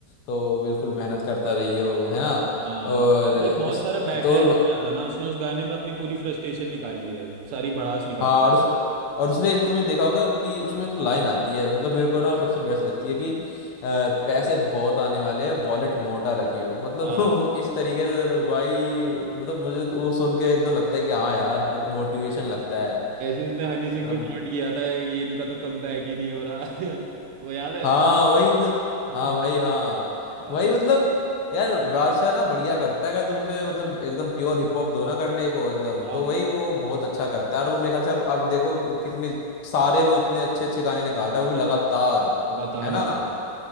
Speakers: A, on the left (about 80°); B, on the right (about 85°).
A: तो बिल्कुल मेहनत करता रहियो है ना
B: हाँ
A: और
B: तो भाई बहुत
A: इस
B: सारा
A: तो
B: बैकलैश मिला था ना उसने उस गाने में अपनी पूरी फ्रस्ट्रेशन निकाली है सारी भड़ास निकाल
A: हाँ
B: दी
A: और उस और उसमें एक तुमने देखा होगा कि उसमें एक लाइन आती है मतलब मेरे को ना वो सबसे बेस्ट लगती है कि अ, पैसे बहुत आने वाले हैं वॉलेट मोटा रखियो मतलब
B: हाँ
A: <laughs> इस तरीके से तो भाई मतलब मुझे तो वो सुन के एकदम लगता है कि हाँ यार एक मोटिवेशन लगता है
B: ऐसे उसने हनी सिंह
A: मतलब
B: को टॉन्ट किया था ये इनका तो कम बैक ही नहीं हो रहा <laughs> वो याद है
A: हाँ वही तो
B: <laughs>
A: हाँ भाई हाँ
B: हाँ
A: वही मतलब यार बादशाह ना बढ़िया करता है अगर तुम उसे मतलब एकदम प्योर हिप हॉप दो ना करने को एकदम तो
B: हाँ,
A: वही वो बहुत अच्छा करता है और वो मेरे ख्याल से अब अब देखो वो कितने सारे वो इतने अच्छे अच्छे गाने निकाल रहा है वो भी लगातार
B: लगातार
A: है ना
B: निकाल